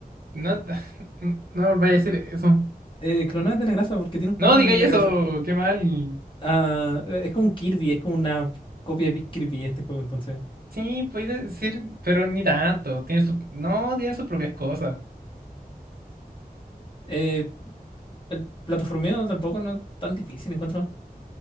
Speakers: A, on the right; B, on the left.
A: No, <laughs> no, no volváis a decir eso.
B: Eh, Clonó es de la grasa porque tiene un Pac-Man
A: No digáis
B: en la
A: eso,
B: cabeza.
A: qué mal.
B: Ah, e, es como un Kirby, es como una copia de Kirby este juego entonces.
A: Sí, podéis decir, pero ni tanto. Tiene su, no, tiene sus propias cosas.
B: Eh, el plataformeo tampoco no es tan difícil, encuentro.